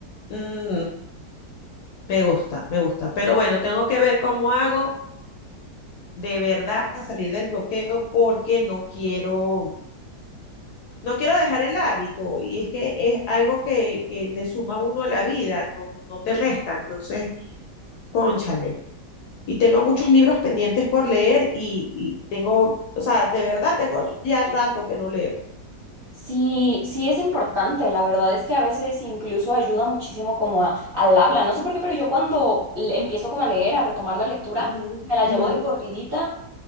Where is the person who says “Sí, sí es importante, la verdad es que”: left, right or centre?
Right